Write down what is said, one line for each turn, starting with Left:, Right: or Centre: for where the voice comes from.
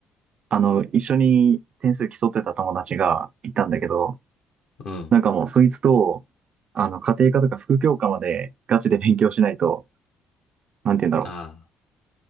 Right: あの、一緒に点数競ってた友達がいたんだけど、
Left: うん。
Right: なんかもうそいつと、あの、家庭科とか副教科までガチで勉強しないと、なんて言うんだろう、
Left: あ